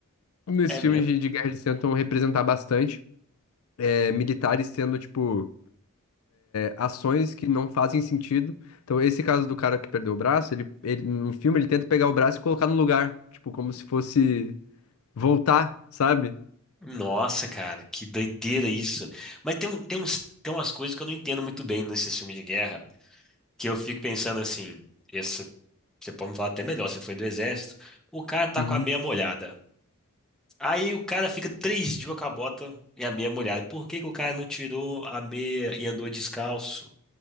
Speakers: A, on the left; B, in the centre.
A: Nesses
B: É mesmo?
A: filmes de, de guerra eles tentam representar bastante, é, militares tendo, tipo ações que não fazem sentido. Então, esse caso do cara que perdeu o braço, ele, ele no filme ele tenta pegar o braço e colocar no lugar, tipo, como se fosse voltar, sabe?
B: Nossa, cara, que doideira isso. Mas tem, um- tem uns, tem umas coisas que eu não entendo muito bem nesses filmes de guerra, que eu fico pensando assim, esse, você pode me falar até melhor, você foi do exército, o cara tá
A: Uhum.
B: com a meia molhada. Aí o cara fica três dias com a bota e a meia molhada. Por que que o cara não tirou a meia e andou descalço?